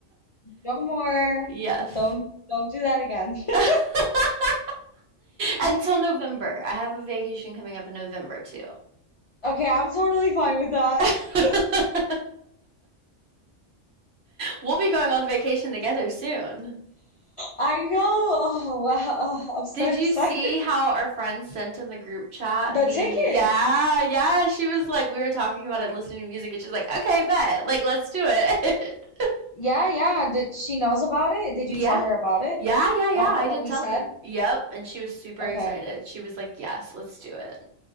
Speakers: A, on the left; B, on the right.
A: No more.
B: <laughs> Yes.
A: Don't don't do that again. <laughs>
B: <laughs> Until November. I have a vacation coming up in November too.
A: Okay, I'm totally fine with that.
B: <laughs>
A: <laughs>
B: we'll be going on vacation together soon.
A: I know. Oh wow. Oh, I'm so
B: Did
A: <laughs> excited.
B: you see how our friend sent in the group chat
A: The
B: the
A: tickets.
B: yeah, yeah, she was like we were talking about it and listening to music and she's like, "Okay, bet. Like let's do it."
A: Yeah, yeah. Did she knows about it?
B: <laughs>
A: Did you
B: yeah.
A: tell her about it?
B: Yeah, yeah, yeah.
A: About
B: I did
A: what we
B: tell
A: said?
B: her. Yep, and she was super
A: Okay.
B: excited. She was like, "Yes, let's do it."